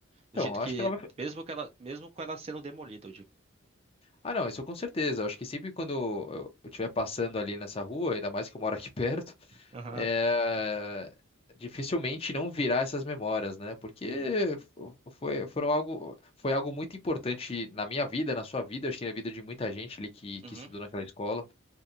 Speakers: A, on the left; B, on the right.
A: Então,
B: Do jeito
A: eu
B: que,
A: acho que ela vai.
B: mesmo que ela, mesmo com ela sendo demolida, eu digo.
A: Ah, não, isso com certeza. Eu acho que sempre quando eu eu estiver passando ali nessa rua, ainda mais que eu moro aqui <laughs> perto,
B: Aham.
A: é... dificilmente não virar essas memórias, né? Porque
B: Uhum.
A: fo- foi, foram algo, foi algo muito importante na minha vida, na sua vida, acho que na vida de muita gente ali que, que
B: Uhum.
A: estudou naquela escola.